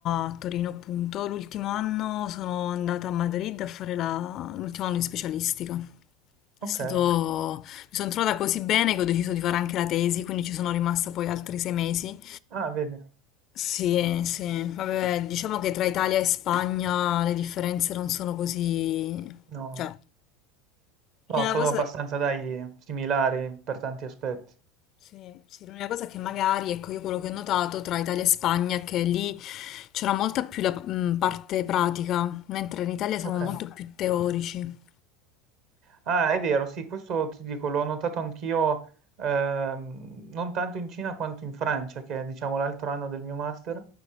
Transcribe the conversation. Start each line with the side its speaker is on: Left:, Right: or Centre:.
Left: a Torino appunto, l'ultimo anno sono andata a Madrid a fare la- l'ultimo anno di specialistica. È
Right: ok.
Left: stato... Mi sono trovata così bene che ho deciso di fare anche la tesi, quindi ci sono rimasta poi altri sei mesi.
Right: Ah, vedi,
Left: Sì, sì, vabbè, diciamo che tra Italia e Spagna le differenze non sono così...
Right: no,
Left: Cioè,
Right: no,
Left: l'unica
Right: sono
Left: cosa...
Right: abbastanza, dai, similari per tanti aspetti.
Left: Sì, sì, l'unica cosa che magari, ecco, io quello che ho notato tra Italia e Spagna è che lì c'era molta più la mh, parte pratica, mentre in Italia siamo
Right: Ok.
Left: molto più teorici.
Right: Ah, è vero, sì, questo ti dico, l'ho notato anch'io, ehm, non tanto in Cina quanto in Francia, che è, diciamo, l'altro anno del mio master,